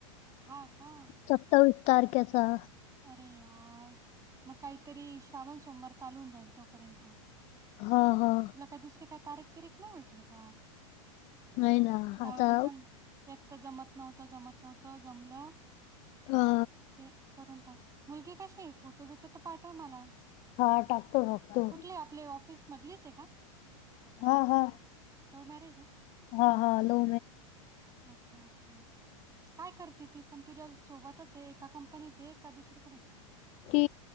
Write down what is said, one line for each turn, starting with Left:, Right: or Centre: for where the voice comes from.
Right: हा का
Left: सत्तवीस तारख्याचा.
Right: अरे यार मग काहीतरी श्रावण सोमवार चालून जाईल तोपर्यंत. तुला
Left: हा हा
Right: काही दुसरे काही तारीख पिरीक नाही भेटली काय?
Left: नाही ना
Right: जाऊ
Left: आता
Right: दे चल एक तर जमत नव्हतं, जमत नव्हतं, जमलं.
Left: हा.
Right: ते करून टाक मुलगी कशी आहे? फोटो बिटो तर पाठव मला.
Left: हा टाकतो टाकतो
Right: कुठले आपले ऑफिसमधलीच आहे का?
Left: हा हा
Right: लव्ह मॅरेज
Left: हा हा लो
Right: आहे अच्छा अच्छा काय करते ती पण तुझ्या सोबतच आहे एका कंपनीत आहे एका दुसरीकडे
Left: ती